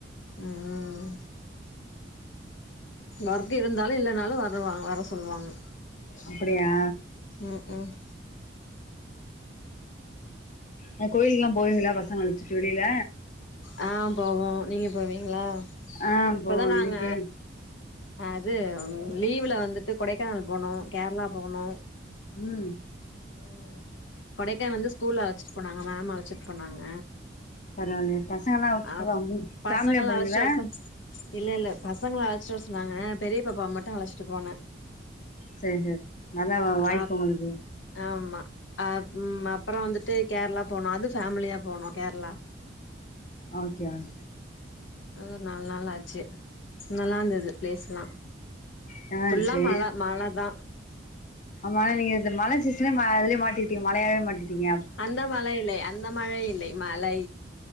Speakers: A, on the left; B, on the left.
A: ம் ஒர்க் இருந்தாலு இல்லனாலு வரவாங் வர சொல்லுவாங்க
B: அப்டியா
A: ம் ம்
B: ஆ கோயிலுக்லா போவீங்ளா பசங்கல வச்சுட்டு வெளில
A: ஆ போவோ நீங்க போவீங்ளா
B: ஆ
A: இப்பதா
B: போ
A: நாங்க
B: இன்னைக்கு
A: அது லீவுல வந்துட்டு கொடைக்கானல் போனோ கேர்ளா போனோ
B: ம்
A: ம் கொடைக்கானல் வந்து ஸ்கூல்ல அழச்சிட் போனாங்க மேம் அழச்சிட் போனாங்க
B: பரவாயில்லயே பசங்கல்லா வந்சுகளா
A: அ
B: ஃபேம்லியா
A: பசங்கள
B: போனீங்ளா
A: அழச்சிட்டு வர சொன் இல்ல இல்ல பசங்கள அழச்ட்டு வர சொன்னாங்க பெரிய பாப்பாவ மட்டு அழச்ட்டு போனே
B: சேரி சேரி நல்லா வாய்ப்பு
A: ஆப்
B: உங்களுக்கு
A: ஆமா ஆ ம் அப் அப்றோ வந்துட்டு கேர்ளா போனோ அது ஃபேமிலியா போனோ கேர்ளா
B: ஓகேங்
A: அது ஒரு நால் நாள் ஆச்சு நல்லா இருந்தது பிளேஸ்லா
B: நல்லா
A: ஃபுல்லா
B: இருந்துச்சு
A: மல மல தா
B: ஆமா நீங்க இந்த மழ சீசன்லே இதுலேய மாட்டிடீங்க மழயாவே மாட்டிடீங்க
A: அந்த மழை இல்லை அந்த மழை இல்லை மலை